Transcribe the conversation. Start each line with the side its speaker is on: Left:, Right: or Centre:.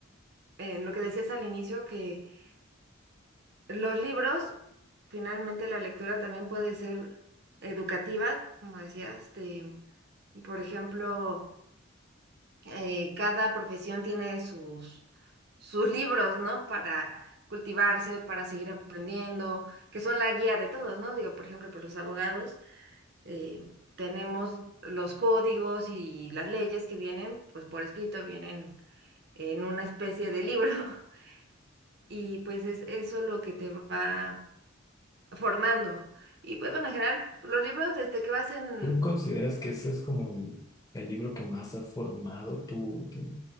Right: en lo que decías al inicio, que los libros, finalmente la lectura también puede ser educativa, como decías, Este, por ejemplo, eh, cada profesión tiene sus, sus libros, ¿no? Para cultivarse, para seguir aprendiendo, que son la guía de todos, ¿no? Digo, por ejemplo, por los abogados eh, tenemos los códigos y las leyes que vienen, pues por escrito, vienen en una especie de libro. <laughs> Y pues es eso lo que te va formando. Y pues bueno, en general, los libros desde que vas en...
Left: ¿Tú consideras que ese es como el, el libro que más ha formado tu, tu